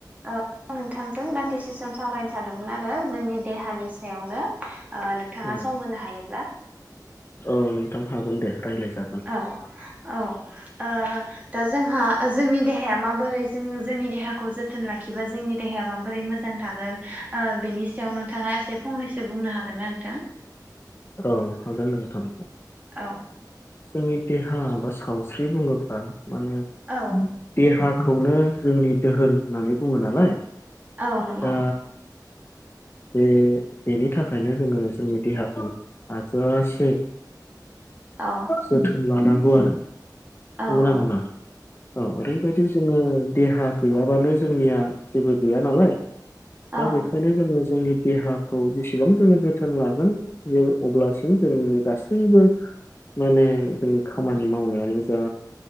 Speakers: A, on the right; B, on the left.
A: आं नोंथांजों दान्दिसे समोम सावरायनो सानदोंमोन आरो जोंनि देहानि सायावनो नोंथाङा
B: ओं
A: सम होनो हायोब्ला।
B: औ नोंथां हागोन दे। रायज्लायजागोन
A: औ - औ ओ दा जोंहा जोंनि देहाया माबोरै जों जोंनि देहाखौ जोथोन लाखिबा जोंनि देहाया माबोरै मोजां थागोन बेनि सायाव नोंथाङा एसे फंनैसो बुंनो हागोन ना नोंथां? <inaudible>
B: औ हागोन नों थां।
A: औ
B: जोंनि देहा बा सावस्रि बुङोब्ला माने
A: औ
B: देहा खौनो जोंनि दोहोन होननानै बुङो नालाय
A: औ नंगौ।
B: दा बे बेनि थाखायनो जोङो जोंनि देहाखौ हाजोआास
A: औ
B: जोथोन लानांगौ आरो। नंगौना
A: औ औ
B: नङा औ ओरैबायदि जोङो देहा गैयाबानो जोंनिया जेबो गैया नालाय दा
A: औ
B: बेखायनो जोङो जोंनि देहाखौ जेसेबां जोङो जोथोन लागोन जों अब्लासिम जोंनि गासैबो माने जोंनि खामानि मावनायानो जा